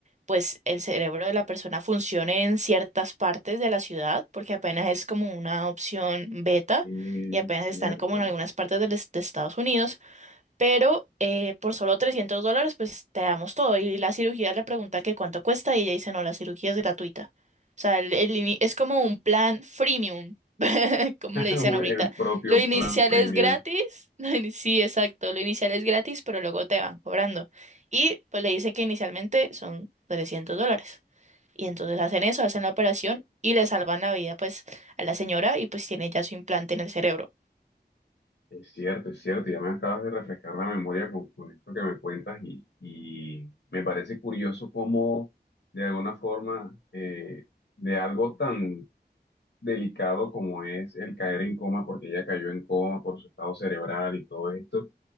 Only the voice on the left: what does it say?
Es
cierto.
<laughs>
El propio
plan premium.
Es cierto, es cierto, ya me acabas de refrescar la memoria con, con esto que me cuentas y, y me parece curioso cómo de alguna forma eh, de algo tan delicado como es el caer en coma, porque ella cayó en coma por su estado cerebral y todo esto,